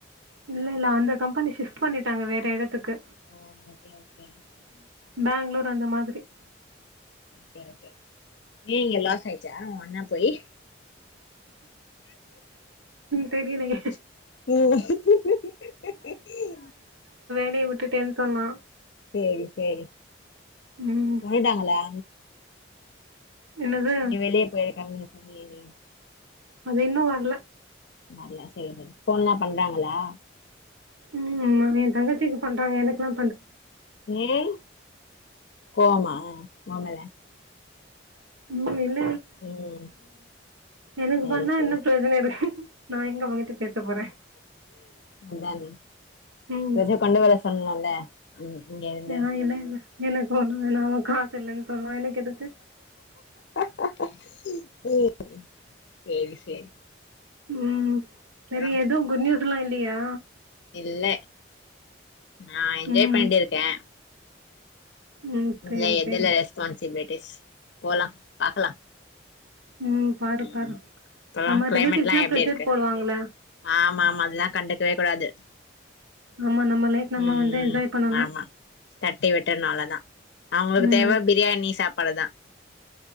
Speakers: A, on the right (about 85°); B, on the left (about 65°).
A: இல்ல இல்ல அந்த கம்பெனி ஷிப்ட் பண்ணிட்டாங்க வேற எடத்துக்கு
B: ஓ ஓக்கே ஓக்கே
A: பெங்ளூர் அந்த மாதிரி
B: சேரி சேரி இங்க லாஸ் ஆயிச்சா ஒண்ணா போயி
A: தெரியிலயே
B: ம்
A: அப்டே வுட்டுட்டேன்னு சொன்னா
B: செரி செரி
A: ம்
B: போய்ட்டாங்களா
A: என்னது
B: நீ வெளியே போயிருக்காங்கனு <unintelligible>
A: அது இன்னு வரல
B: வரல செரி செரி போன்லா பண்றாங்களா
A: ம் ஆமா எ தங்கச்சிக்கு பண்றாங்க எனக்குல்லா
B: நீல் கோவ்மா ஆமால
A: ம் இல்
B: ம்
A: எனக்கு
B: செரி
A: பண்ணா
B: செரி
A: என்ன பிரயோஜன இருக்கு நா எங்க அவங்கிட்ட பேச போறே
B: அதானே
A: ம்
B: <unintelligible> கொண்டு வர சொல்லால ம் இங்க இருந்து
A: ஆ இல்ல இல்ல எனக்கு ஒண்ணு வேனா அவெ காசு இல்லன் சொல்றா எனக்கு எதுக்கு
B: ஆஹ ம் சேரி சேரி
A: ம்
B: அப்பறோ
A: செரி எது குட் நியூஸ் லா இல்லையா
B: இல்ல நா என்ஜாய்
A: ம்
B: பண்ணி இருக்கே
A: ம்
B: இத்ல
A: சரி
B: எதுல்ல
A: சரி
B: ரெஸ்பான்சிபிலி போலா பாக்கலா
A: ம் பாரு
B: ம்
A: பாரு
B: இப்பல்லா
A: ஆமா
B: கிளைமேட்லா
A: ரிலேட்டிவ்ஸ்லா
B: எப்டி
A: ப்ரெஷர்
B: இருக்கு
A: போடுவாங்கள
B: ஆமா ஆமா அதெல்லா கண்டுக்கவே கூடாது
A: ஆமா நம்ம லைஃப் நம்ம
B: ம்
A: வந்து என்ஜாய் பண்ணனு
B: ஆமா தட்டி விட்டற்னால தா அவுங்களுக்கு
A: ம்
B: தேவ பிரியாணி சாப் பலதா